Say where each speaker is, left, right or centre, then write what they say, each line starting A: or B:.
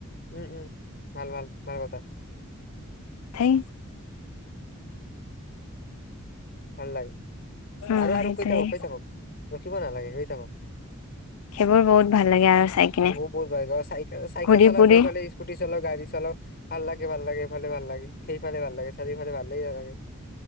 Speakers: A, on the left; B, on the left.
A: উম উম ভাল ভাল ভাল কথা
B: থেই
A: ভাল লাগে
B: উম
A: আৰু আৰু
B: সেইটোয়ে
A: কৈ থাকক কৈ থাকক ৰখিব নালাগে কৈ থাকক
B: সেইবোৰ বহুত ভাল লাগে আৰু চাই কিনে
A: অ বহত বহুত ভাল চাই চাইকেল
B: ঘূৰি
A: চলাওক
B: ফুৰি
A: এইফালে স্কুটি চলাক গাড়ী চলাক ভাল লাগে ভাল লাগে এইফালে ভাল লাগে সেইফালে ভাল লাগে চাৰিফালে ভালেই ন লাগে